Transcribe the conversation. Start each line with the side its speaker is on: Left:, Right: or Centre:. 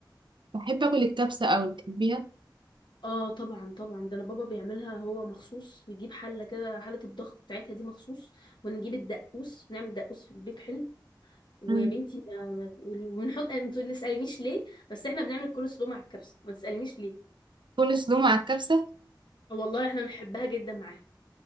Right: بحب اكل الكبسه قوي بتحبيها
Left: اه طبعا طبعا ده انا بابا بيعملها هو مخصوص بيجيب حله كده حله الضغط بتاعتها دي مخصوص ونجيب الدقوس نعمل دقوس في البيت حلو ويا
Right: مم.
Left: بنتي ما- وبنحط ما تسالنيش ليه بس احنا بنعمل الكول سلو مع الكبسه ما تسالنيش ليه
Right: كل سلو مع الكبسه
Left: والله احنا بنحبها جدا معاها